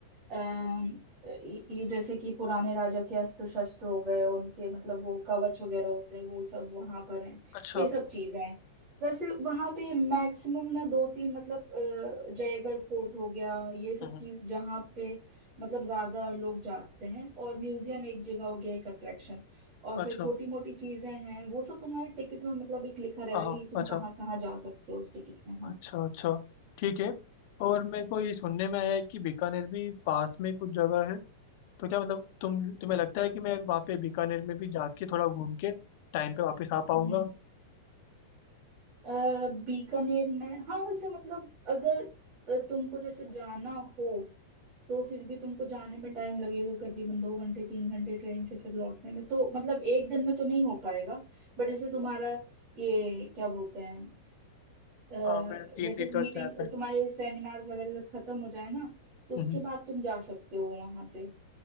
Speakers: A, on the right (about 35°); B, on the left (about 45°).
A: अम, ये ये जैसे कि पुराने राजा के अस्त्र शस्त्र हो गए उनके मतलब वो कवच वगैरह होते हैं वो सब वहां पर है
B: अच्छा
A: ये सब चीजें हैं वैसे वहां पे मैक्सिमम ना दो तीन मतलब अ, जयगढ़ फोर्ट हो गया ये सब
B: हम्म,
A: चीज जहाँ पे मतलब ज्यादा लोग जाते हैं और म्यूजियम एक जगह हो गया एक अट्रैक्शन और
B: अच्छा
A: फिर छोटी मोटी चीजें हैं वो सब तुम्हारे टिकट में मतलब एक लिखा रहेगा
B: हाँ
A: कि
B: हाँ,
A: तुम
B: अच्छा
A: कहाँ कहाँ जा सकते हो उस टिकट में हाँ
B: अच्छा अच्छा ठीक है और मेरे को ये सुनने में आया है कि बीकानेर भी पास में कुछ जगह है तो क्या मतलब तुम तुम्हें लगता है कि मैं वहाँ पे बीकानेर में भी जाके थोड़ा घूम के टाइम पे वापस आ पाऊंगा
A: हम्म अ, बीकानेर में हाँ वैसे मतलब अगर अ, तुमको जैसे जाना हो तो फिर भी तुमको जाने में टाइम लगेगा करीबन दो घंटे तीन घंटे ट्रेन से फिर लौटने में तो मतलब एक दिन में तो नहीं हो पाएगा बट जैसे तुम्हारा ये क्या बोलते हैं अ,
B: हाँ मेरा तीन
A: जैसे
B: दिन का
A: मीटिंग
B: गैप है
A: तुम्हारे सेमिनार्स वगैरह जब खत्म हो जाए ना तो उसके
B: हम्म,
A: बाद तुम जा सकते हो वहां से